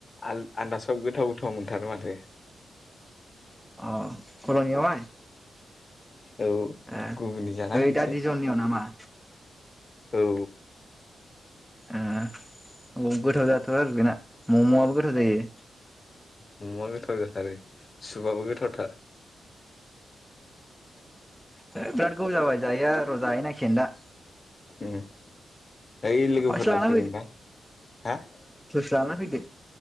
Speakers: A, on the left; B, in the centre.
A: आल आन्दासाव गोथाव गोथाव मोनथारो माथो।
B: अ खल'नियाव हाय
A: औ
B: ए
A: गुबुननि जाना
B: ओइ
A: फैनोसै
B: दा दिजननियाव नामा?
A: औ
B: आ औ गोथाव जाथारो बेना मम आबो गोथाव जायो।
A: ममआ गोथाव जाथारो सुबाबो गोथावथार
B: ओ बिराद गोबाव जाबाय जायोया र जाहै नांसिगोन दा।
A: उम ओइ लोगोफोरबो
B: माबासो लाना
A: फैगोन दां हा
B: दानो फैदो।